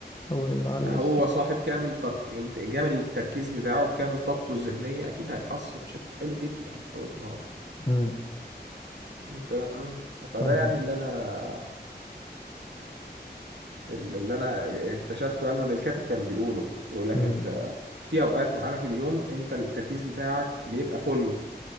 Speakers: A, on the left; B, on the right.
A: أول النهار
B: هو
A: لسه
B: صاحب كامل ترك... كامل التركيز بتاعه بكامل طاقته الذهنية أكيد هيحصل بشكل حلو جدا في أول النهار
A: امم
B: أنت آه، فده
A: فاهمة
B: يعني اللي أنا اللي أنا اكتشفته يعني واللي الكاتب كان بيقوله بيقول لك
A: امم
B: أنت في أوقات معينة في اليوم أنت التركيز بتاعك بيبقى فل